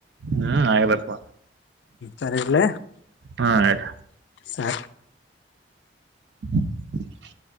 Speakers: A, on the right; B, on the left.
A: ಹ್ಮ್ ಆಗದಪ್ಪ
B: ಸರಿ ಇಲ್ಲ
A: ಹಾ ಇಡು
B: ಸರಿ.
A: ಹ <unintelligible>